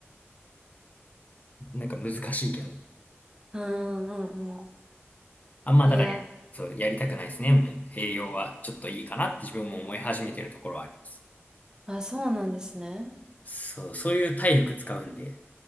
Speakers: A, on the left; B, on the right.
A: なんか難しいけど。
B: うんうんうん。
A: あんま、
B: いや、
A: だから、そう、やりたくないですね。もう、栄養はちょっといいかなって自分も思い始めてるところはあります。
B: あ、そうなんですね。
A: そう、そういう体力使うんで、